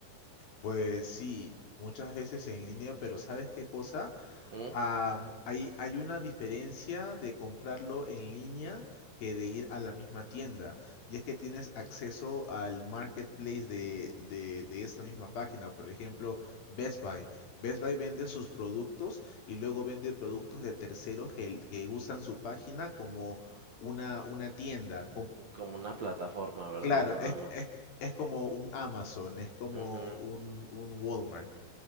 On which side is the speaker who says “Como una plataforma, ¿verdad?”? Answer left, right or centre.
Right